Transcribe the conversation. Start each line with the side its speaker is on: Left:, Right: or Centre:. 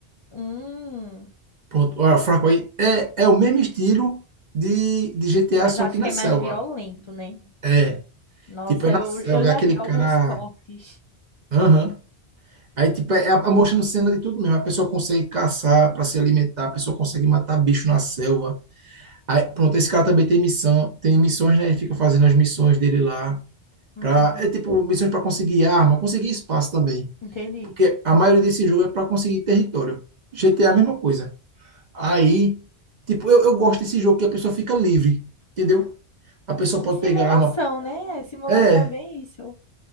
Left: Hum,
Right: Pronto, olha, Fraco aí é, é o mesmo estilo de, de GTA,
Left: mas
Right: só
Left: eu acho
Right: que na
Left: que é
Right: selva.
Left: mais violento, né?
Right: É,
Left: Nossa,
Right: tipo, é na
Left: eu,
Right: selva,
Left: eu já
Right: é aquele
Left: vi alguns
Right: cara.
Left: cortes.
Right: Aham. Aí, tipo, é a, a mostrando cena de tudo mesmo. A pessoa consegue caçar para se alimentar, a pessoa consegue matar bicho na selva. Aí, pronto, esse cara também tem missão, tem missões, né? Ele fica fazendo as missões dele lá.
Left: Uhum,
Right: Pra, é tipo, missões para conseguir arma, conseguir espaço também.
Left: entendi.
Right: Porque a maioria desse jogo é para conseguir território. GTA é a mesma coisa. Aí, tipo, eu, eu gosto desse jogo que a pessoa fica livre, entendeu? A pessoa pode
Left: Simulação,
Right: pegar a arma.
Left: né? Simulação
Right: É.
Left: é bem isso.